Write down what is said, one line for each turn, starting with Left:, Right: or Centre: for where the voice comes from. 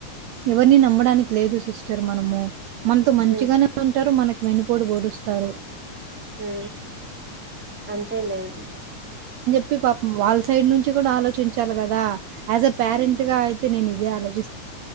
Right: ఎవరిని నమ్మడానికి లేదు సిస్టర్ మనము మనతో మంచిగానే
Centre: మ్మ్
Right: ఉంటారు మనకు వెనుపోడి ఓడుస్తారు
Centre: హ అంతే లేదు
Right: చెప్పి పాపం వాళ్ళ సైడ్ నుంచి కూడా ఆలోచించాలి కదా ఎస్ ఏ పేరెంట్ గా అయితే నే ఇదేలోచించ